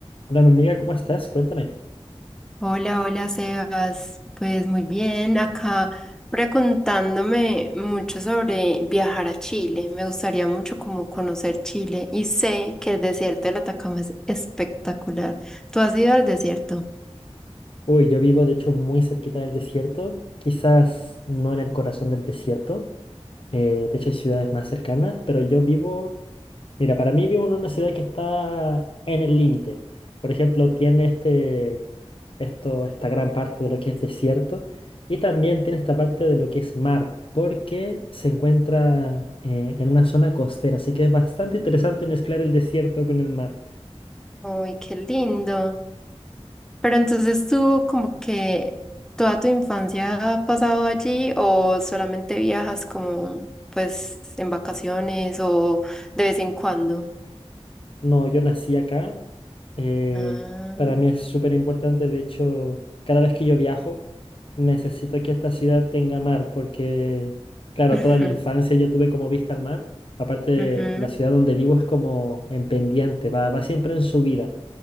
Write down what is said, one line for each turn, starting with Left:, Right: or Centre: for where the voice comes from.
Left: Hola, mi amiga, ¿cómo estás? Cuéntame.
Centre: Hola, hola Sebas. Pues muy bien, acá preguntándome mucho sobre viajar a Chile. Me gustaría mucho como conocer Chile y sé que el desierto del Atacama es espectacular. ¿Tú has ido al desierto?
Left: Uy, yo vivo de hecho muy cerquita del desierto, quizás no en el corazón del desierto, eh, de hecho hay ciudades más cercanas, pero yo vivo, mira, para mí vivo en una ciudad que está en el límite. Por ejemplo, tiene este, esto, esta gran parte de lo que es desierto y también tiene esta parte de lo que es mar, porque se encuentra eh, en una zona costera, así que es bastante interesante mezclar el desierto con el mar.
Centre: Uy, qué lindo. Pero entonces tú como que toda tu infancia ha pasado allí o solamente viajas como pues en vacaciones o de vez en cuando?
Left: No, yo nací acá. eh,
Centre: Ah,
Left: para mí es súper importante. De hecho, cada vez que yo viajo, necesito que esta ciudad tenga mar, porque, claro,
Centre: <laughs> ujú,
Left: toda mi infancia yo tuve como vista al mar. Aparte,
Centre: ujú.
Left: la ciudad donde vivo es como en pendiente, va, va siempre en subida.